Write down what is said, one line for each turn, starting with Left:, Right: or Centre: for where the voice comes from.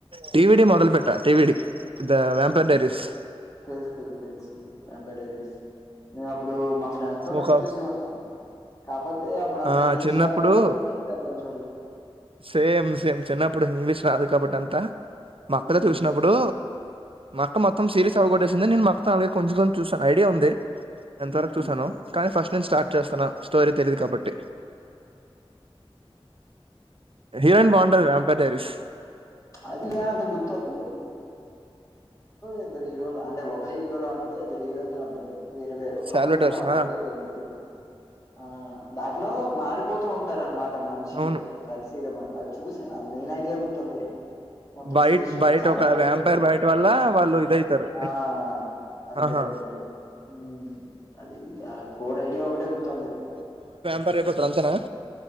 Right: టి వి డి మొదల్
Left: హ్మ్.
Right: పెట్ట T V D the the vampire diaries
Left: తెలుసు తెలుసు తెలుసుపపా టరస్ నేను అప్పుడు ఫ్రెండ్ తో
Right: ఒక
Left: కలిపి చూసేవాడినీ కాపోతే అప్పుడు అంత
Right: ఆ
Left: ఇంగ్లీష్
Right: చిన్నప్పుడు
Left: రాదు కాబట్టి నేను పెద్దగా ఆమ్ చూడ్లే
Right: సేమ్ సేమ్ చిన్నప్పుడు ఇంగ్లీష్ రాదు కాబట్ అంతా మా అక్కలో
Left: హ్మ్.
Right: చూసినప్పుడు అక్క మొత్తం సీరీస్ అవ్వొట్టేసింది నేను మొత్తం అలాగే కొంచెం కొంచెం చూశాను ఐడియా ఉంది ఎంతవరకు
Left: హ్మ్.
Right: చూసాను ఫస్ట్ టైం స్టార్ట్ చేస్తన్నా స్టోరీ తెలిదు కాబట్టి హీరోయిన్ బాగుండది ఎంపర్ టరిస్
Left: అది గా అంత గుర్తుఒస్తాది ఇద్దరు హీరోలు అంటే ఒకడే హీరోలో ఉంటుడు ఇద్దరు హీరోయిన్ లో ఉంటాది వేరే వేరూ
Right: సాల్వటర్స్
Left: కపుల్స్ లా ఉంటారు
Right: ఆ
Left: ఇద్దరు ముగ్గురు ఆ దాంట్లో మారిపోతూ ఉంటారు అనమాట మనుషులే
Right: అవును
Left: కలిసి చూసాను మెయిన్ ఐడియా గుర్తుంది మొత్తం
Right: బయట్
Left: సిరీస్ చూడలేదు
Right: బయట
Left: చాలా
Right: ఒక
Left: యూనిక్
Right: వ్యాంపైర్
Left: ఉంది
Right: బయట వల్ల వాళ్ళు ఇదయితారు
Left: ఆ అంతే
Right: ఆహా
Left: అంతే హమ్ అది కోర్ ఐడియా ఒకటే గుర్తుంది అది
Right: రేపటి టెన్షన్ ఏ